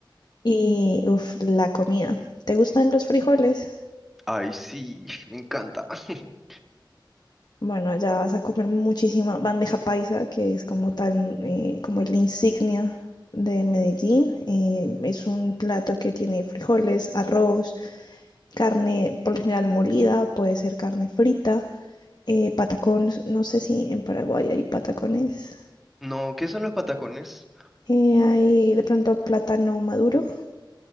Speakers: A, on the left; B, in the centre.
A: y uff, la comida. ¿Te gustan los frijoles?
B: Ay, sí, <laughs> me encanta. <laughs>
A: Bueno, allá vas a comer muchísima bandeja paisa, que es como tal, eh, como la insignia de Medellín. Eh, es un plato que tiene frijoles, arroz. carne por lo general molida, o puede ser carne frita, eh, patacones, no sé si en Paraguay hay patacones,
B: No, ¿qué son los patacones?
A: eh, hay de pronto plátano maduro.